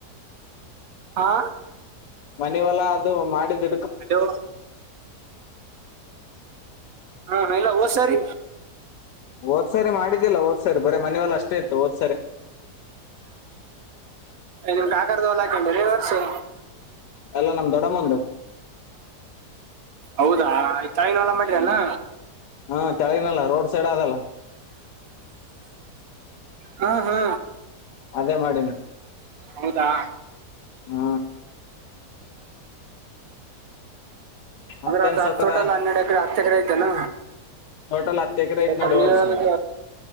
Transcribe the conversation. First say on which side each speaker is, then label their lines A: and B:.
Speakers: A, on the right; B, on the left.
A: ಹಾ
B: ಮನವಲ್ಲಾ ಅದು ಮಾಡಿದ
A: ಅಲೋ ಹ್ಮ ಎಲ್ಲ ಓಸಾರಿ
B: ಒೋದ್ಸರಿ ಮಾಡಿದ್ದಿಲ್ಲ ಹ ಒದ್ ಸಾರಿ ಬರೀ ಮನವಲ್ಲ ಅಷ್ಟೇ ಇತ್ತುದ್
A: ನಿಮ್ಗೆ ಕಾಕದ ಹೊಲ ಹಾಕೊಂಡವ ಶ
B: ಎಲ್ಲ ನಮ್ಮ ದೊಡ್ಡಮ್ಮುಂದು
A: ಹೌದಾ ಆ ತಾಯಿನ ಹೊಲ ಮಾಡರಾನ
B: ಹಾ ಚಳನಲ್ಲ ರೋಡ್ ಸೈಡ್ ಅದಲ್ಲ
A: ಹಾ ಹಾ
B: ಅದೇ ಮಾಡಿನಿ
A: ಹೌದಾ
B: ಹ್ಮ ಮತ್ತೇನ್
A: ಅ್ರ ಹತ್ತು
B: ಸಾವ್ಕಾರ
A: ತೋಟಲ್ಲ ಹನ್ನೆರಡು ಎಕರೆ ಹತ್ತು ಎಕರೆ ಐತೆನ
B: ಟೋಟಲ್ ಹತ್ತು ಎಕರೆ
A: ಸ್ವಲ್ಪ
B: ಐತ್ ನೋಡಿ
A: ನೀವ
B: ವರ್ಷ
A: ಹೇಳ್ಬೇಕ್